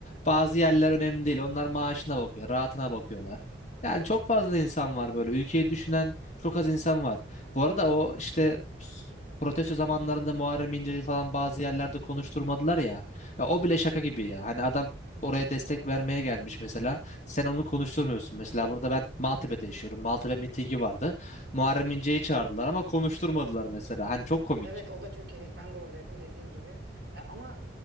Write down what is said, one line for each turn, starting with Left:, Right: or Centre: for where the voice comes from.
Left: bazı yerler önemli değil. Onlar maaşına bakıyor, rahatına bakıyorlar. Yani çok fazla
Right: evet,
Left: insan var böyle. Ülkeyi düşünen çok az insan var. Bu arada o işte protesto zamanlarında Muharrem İnce'yi falan bazı yerlerde konuşturmadılar ya. Ya o bile şaka gibi ya. Hani adam oraya destek
Right: evet.
Left: vermeye gelmiş mesela. Sen onu konuşturmuyorsun. Mesela burada ben Maltepe'de yaşıyorum. Maltepe mitingi vardı. Muharrem
Right: Hı hı.
Left: İnce'yi çağırdılar ama konuşturmadılar mesela. Hani çok komik.
Right: Evet o da çok ilginç. Ben de oradaydım dediğin gibi. E, ama